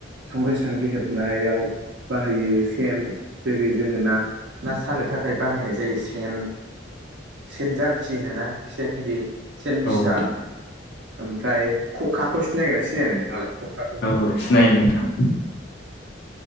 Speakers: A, on the right (about 65°); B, on the left (about 60°).
A: संग्राय सान्द्रि हेबनायाव बाहायो सेन जेरै जोङो ना ना सानो थाखाय बाहायनाय जायो सेन सेन जारखि होनोना। सेन गिदिर। सेन
B: औ
A: फिसा ओमफ्राय खखाखौ सिनायगोना सिनाया नोंथाङालाय खखाखौ
B: औ सिनायो नोंथां।